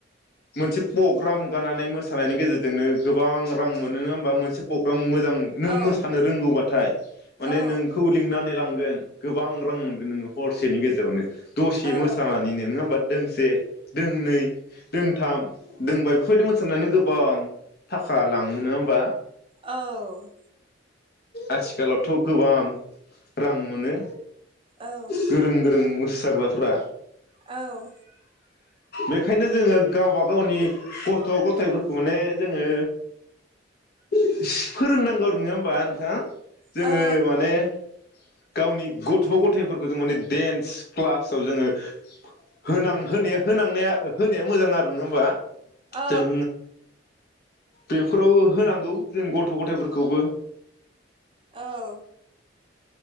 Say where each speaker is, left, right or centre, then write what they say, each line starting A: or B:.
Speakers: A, on the left (about 55°); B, on the right (about 30°).
A: मोनसे प्रग्राम गानानै मोसानायनि गेजेरजोंनो गोबां रां मोनो नङा होमबा मोनसे पग्राम मो जां नों
B: औ
A: मोसानो रोंगौबा थाय माने
B: औ
A: नोंखौ लिंनानै लां गोन गोबां रां मोनगोन नोङो हरसेनि गेजेरावनो। दसे
B: औ
A: मोसानानैनो नोङा होमबा! दोंसे दोंनै दोंथाम दोंबा बेफोरबायदि मोसानो गोबां थाखा लाङो। नोङा होमबा?
B: औ
A: आथिखालावथ' गोबां रां मोनो।
B: औ
A: गोरों गोरों मो साग्राफ्रा
B: औ
A: बेखायनो जोङो गाबा गावनि गथ' गथायाइफोरखौ माने जोङो <unintelligible> फोरोंनांगौ आरो। नोङा होनबा नोंथां? जोङो
B: औ
A: माने गावनि गथ' गथाइफोरखौ जों माने डेन्स क्लासाव जोङो फो होनां होनाया होनांनाया होनाया मोजां आरो। नङा होमबा?
B: औ
A: जों बेफोराव होनांगौ जों गथ' गथाइफोरखौबो।
B: औ